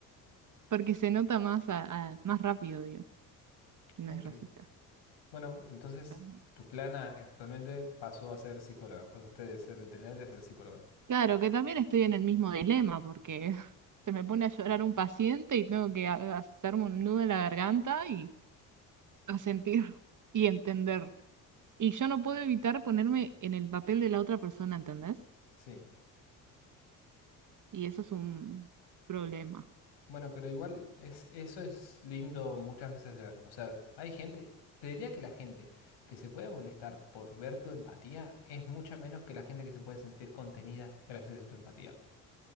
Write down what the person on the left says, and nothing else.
Ok.
Bueno, entonces
tu plana actualmente pasó a ser psicóloga, pasaste de ser veterinaria a ser psicóloga.
Sí.
Bueno, pero igual es, eso es lindo muchas veces de ver. O sea, hay gente, te diría que la gente que se puede molestar por ver tu empatía es mucha menos que la gente que se puede sentir contenida gracias a tu empatía.